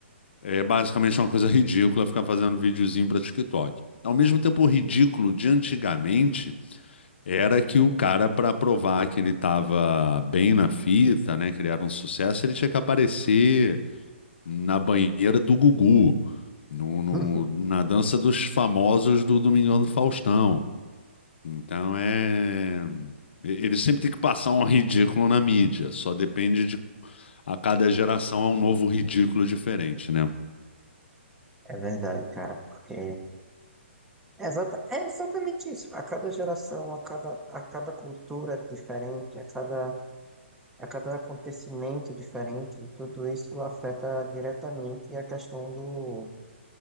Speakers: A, on the left (about 60°); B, in the centre.
A: é basicamente uma coisa ridícula ficar fazendo videozinho para TikTok. Ao mesmo tempo, o ridículo de antigamente era que o cara, para provar que ele estava bem na fita, né, que ele era um sucesso, ele tinha que aparecer na banheira do Gugu, no, no-
B: <laughs>
A: na dança dos famosos do Domingão do Faustão. Então é. e- Ele sempre tem que passar um ridículo na mídia, só depende de. A cada geração é um novo ridículo diferente, né?
B: É verdade, cara, porque é, exata- é exatamente isso. A cada geração, a cada, a cada cultura diferente, a cada, a cada acontecimento diferente, tudo isso afeta diretamente a questão do,